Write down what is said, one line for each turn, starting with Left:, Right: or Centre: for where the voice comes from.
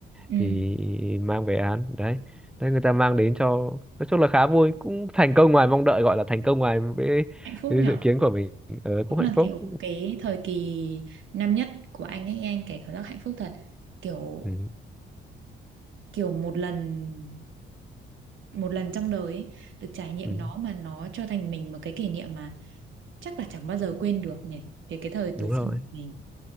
Right: ừ.
Centre: thì mang về ăn đấy đấy người ta mang đến cho nói chung là khá vui cũng thành công ngoài mong đợi gọi là thành công ngoài với,
Right: hạnh phúc
Centre: với
Right: nhở
Centre: dự kiến của mình ờ,
Right: Đúng
Centre: cũng hạnh
Right: là
Centre: phúc
Right: kiểu cái thời kỳ năm nhất của anh ấy anh kể cảm giác hạnh phúc thật. Kiểu
Centre: Ừ,
Right: kiểu một lần một lần trong đời ấy, được trải nghiệm
Centre: ừ,
Right: nó mà nó cho thành mình một cái kỷ niệm mà chắc là chẳng bao giờ quên được nhỉ. Về cái thời
Centre: đúng
Right: tuổi xuân
Centre: rồi
Right: của mình.